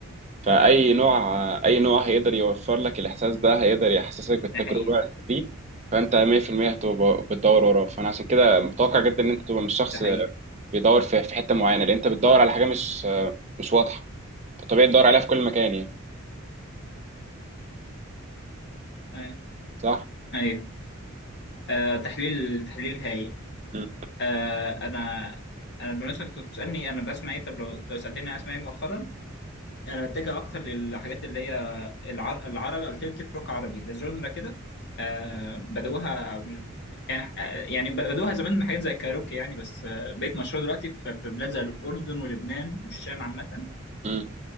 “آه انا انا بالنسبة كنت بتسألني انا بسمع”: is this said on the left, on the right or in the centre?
Left